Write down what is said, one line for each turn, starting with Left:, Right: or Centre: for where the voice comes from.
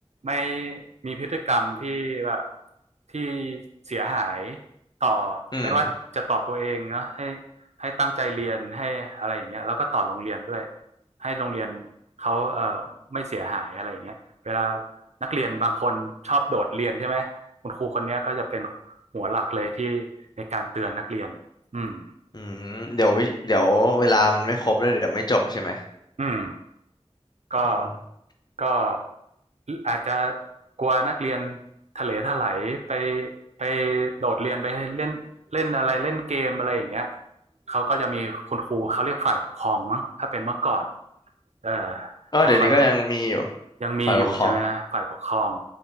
Right: ไม่มีพฤติกรรมที่แบบที่เสียหายต่อไม่ว่าจะต่อตัวเองเนาะให้
Left: อืม
Right: ให้ตั้งใจเรียนให้อะไรอย่างเงี้ยแล้วก็ต่อโรงเรียนด้วยให้โรงเรียนเขาเอ่อไม่เสียหายอะไรอย่างเงี้ยเวลานักเรียนบางคนชอบโดดเรียนใช่ไหมคุณครูคนนี้ก็จะเป็นหัวหลักเลยที่ในการเตือนนักเรียนอืม
Left: อืมเดี๋ยววิเดี๋ยวเวลามันไม่ครบแล้วเดี๋ยวไม่จบใช่ไหม
Right: อืม ก็
Left: อืม
Right: ก็อาจจะกลัวนักเรียนทะเลทลายไปไปโดดเรียนไปเล่นเล่นอะไรเล่นเกมอะไรอย่างเงี้ยเขาก็จะมีคุณครูเขาเรียกฝ่ายปกครองมั้งถ้าเป็นเมื่อก่อนเออ
Left: ก็เดี๋ยวนี้ก็ยังมีอยู่
Right: จะคอย ยังมีอยู่ใช่ไหมฮะฝ่ายปกครอง
Left: ฝ่ายปกครอง